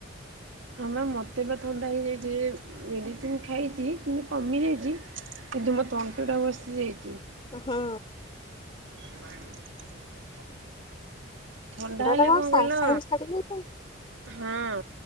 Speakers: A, on the right; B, on the left.
A: ହଁ ମ୍ୟାମ୍ ମୋତେ ବା ଥଣ୍ଡା ହେଇଯାଇଛି, ଏ ମେଡ଼ିସିନ ଖାଇଛି କିନ୍ତୁ କମିଯାଇଛି। କିନ୍ତୁ ମୋ ତଣ୍ଟି ଟା ବସିଯାଇଛି।
B: ହଁ।
A: <inaudible> ଥଣ୍ଡା ହେଲେ
B: ଟା
A: କଣ
B: ସାଙ୍ଗେ
A: କହିଲ
B: ସାଙ୍ଗେ ଛାଡିବ କି
A: ହଁ।